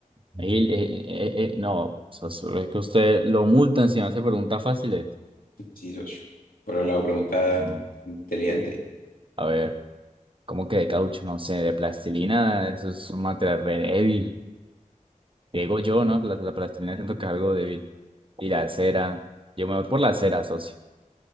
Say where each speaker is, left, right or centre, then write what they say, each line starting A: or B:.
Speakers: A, on the right; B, on the left.
A: Ahí, eh, eh, eh, eh, no, o sea, solo es que usted lo multan si me hace preguntas fáciles.
B: Sí, socio. Por un lado, pregunta
A: No.
B: inteligente.
A: A ver, ¿cómo que de caucho? No sé, de plastilina, eso es un material re débil. Digo yo, ¿no? La, la plastilina siento que es algo débil. Y la cera, yo me voy por la cera, socio.